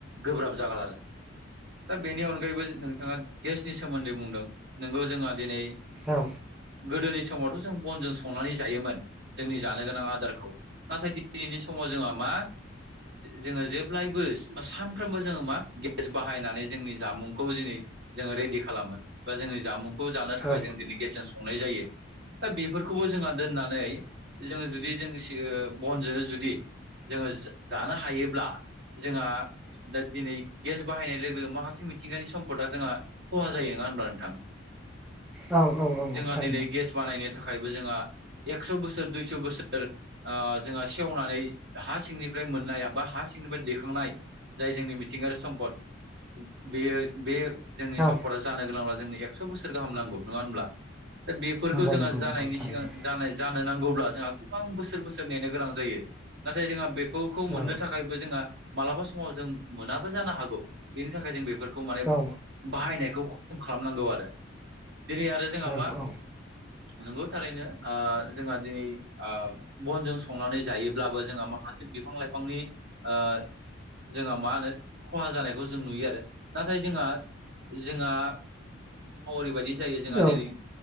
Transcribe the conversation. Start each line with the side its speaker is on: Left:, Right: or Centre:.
Right: गोब्राब जागोन आरो दा बेनि अनगायैबो नोंथाङा गेसनि सोमोन्दै बुंदों नंगौ जोंहा दिनै
Centre: औ
Right: गोदोनि समावथ' जों बनजों संनानै जायोमोन जोंनि जानो गोनां आदार नाथाय दिनैनि समाव जोंहा मा जोङो जेब्लायबो सानफ्रोमबो जोङो मा गेस बाहायनानै जोंनि जामुंखौ जों जोङो रेडि खालामो बा जोंनि जामुंखौ जानो थाखाय
Centre: औ
Right: जों दिनै गेसजों संनाय जायो दा बेफोरखौबो जोंहा दोननानै जोङो जुदि जों बनजोंनो जुदि जोङो जानो हायोब्ला जोंहा दा दिनै गेस बाहायनाय लोगो माखासे मिथिंगानि सम्पदा जोंहा खहा जायो नङा होनबा नोंथां
Centre: औ औ औ
Right: जोंहा
Centre: थारैनो
Right: दिनै गेस बानायनो थाखायबो जोंहा एकस' बोसोर दुइस' बोसोर जोंहा सेवनानै हा सिंनिफ्राय मोननाय एबा हा सिंनिफ्राय दैखांनाय जाय जोंनि मिथिंगा सम्पद बेयो बे जोंनि
Centre: औ
Right: सम्पदआ जानो गोनांब्ला जोंनो एकस' बोसोर गाहाम नांगौ नङा होमब्ला दा बेफोरखौ
Centre: नंगौ
Right: जोंहा
Centre: नंगौ
Right: जानायनि
Centre: नंगौ थारैनो
Right: सिगां जानाय जानो नांगौब्ला जोंहा गोबां बोसोर बोसोर बोसोर नेनो गोनां जायो नाथाय जोंहा बेफोरखौ
Centre: औ
Right: मोननो थाखायबो जोंहा मालाबा समाव जों मोनाबो जानो हागौ बेनि थाखाय जों बेफोरखौ मानि
Centre: औ
Right: बाहायनायखौ खम खालामनांगौ आरो दिनै आरो जोहा
Centre: औ
Right: मा
Centre: औ
Right: नोंगौ थारैनो ओ जोंहा दिनै ओ बनजों संनानै जायोब्लाबो जोंहा माखासे बिफां लाइफांनि ओ जोंहा मा होनो ख'हा जानायखौ जों नुयो आरो नाथाय जोंहा जोंहा फावारिबादि जायो जोंहा
Centre: औ
Right: जेरै